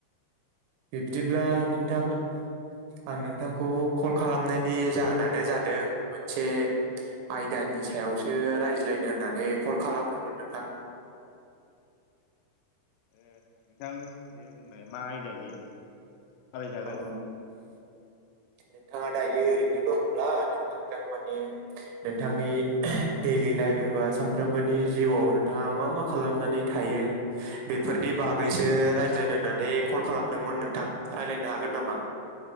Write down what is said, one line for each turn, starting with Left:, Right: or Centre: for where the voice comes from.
Right: बिब्दिब्ला नोंथां आं नोंथांखौ कल खालामनायनि जाहोनानो जादों मोनसे आयदानि सायावसो रायज्लायनो होननानै कल खालामदोंमोन नोंथां।
Left: ए नोंथां दे बुंलाय मा आयदा बियो? सावरायजागोन
Right: अ नोंथाङा दायो ओरैनो दंब्ला नोंथांजों माने नोंथांनि डैलि लाइफ एबा सानफ्रोमबोनि जिउआव नोंथाङा मा मा खालामनानै थायो बेफोरनि बागैसो रायज्लायनो होननानै कल खालामदोंमोन नोंथां। रायलायनो हागोन नामा?